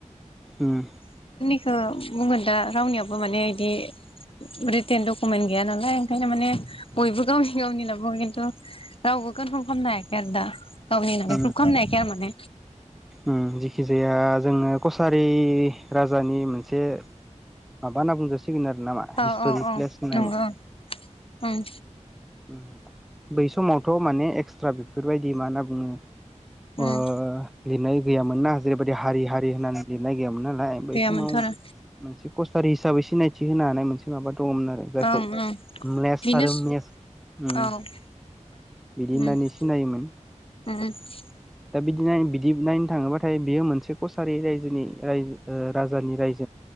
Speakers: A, in the centre; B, on the left.
A: उम
B: थ' बुंगोन दा रावनियाबो माने इदि रिटेन डकुमेन्ट गैया नालाय ओंखायनो माने बयबो गावनि गावनि होनना बुङो किन्थु राव बो कनफार्म खामनो हायाखै आरो‌ दा। गावनि होननानै
A: ओम
B: प्रुभ खालामनो हायाखै आरो माने
A: उम जिखि जाया जोंनो कसारि राजानि मोनसे माबा होनना बुंजा सिगोन आरो ना मा
B: औ
A: हिस्ट'रिक
B: औ औ
A: प्लेस ना
B: नंगौ
A: मा?
B: ओं
A: उम बै समावथ' माने एक्सट्रा बेफोरबायदि मा होनना बुङो ओ
B: ओम
A: लिरनाय गैयामोन ना। जेरैबायदि हारि हारि होननानै लिरनाय गैयामोन नालाय बै
B: गैयामोनथ'
A: समाव
B: आरो
A: मोनसे कसारि हिसाबै सिनायथि होनो हानाय मोनसे माबा दङमोन आरो जायखौ
B: ओं ओं
A: म्लेस
B: बेनो
A: आरो मेस
B: औ
A: उम
B: उम
A: बिदि होननानै सिनायोमोन
B: उउ
A: दा बिदिनाय बिदि नायनो थाङोबाथाय बियो मोनसे कसारि रायजोनि ओइ ओ राजानि रायजो